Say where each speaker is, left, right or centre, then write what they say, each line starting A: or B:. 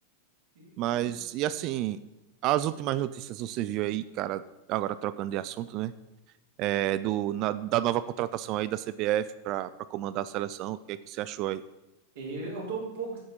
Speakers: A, on the right (about 60°); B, on the right (about 40°).
A: E,
B: Mas
A: e
B: e assim, as últimas notícias você viu aí, cara? Agora trocando de assunto, né? é, do, na- da nova contratação aí da CBF para comandar a seleção. O que é que você achou aí?
A: Eu eu tô um pouco,